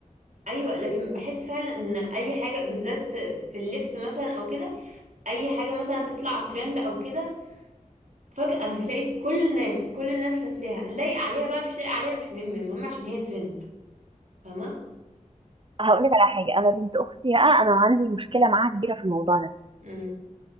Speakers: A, on the right; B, on the right.
A: ايوه لكن بحس فعلا ان اي حاجه بالذات في اللبس مثلا او كده اي حاجه مثلا تطلع ترند او كده فجاه هتلاقي كل الناس كل الناس لابساها لايقه عليها بقى مش لايقه عليها مش مهم المهم عشان هي ترند فاهمه
B: هقول لك على حاجة انا بنت اختي بقى انا عندي مشكلة معاها كبيرة في الموضوع ده
A: امم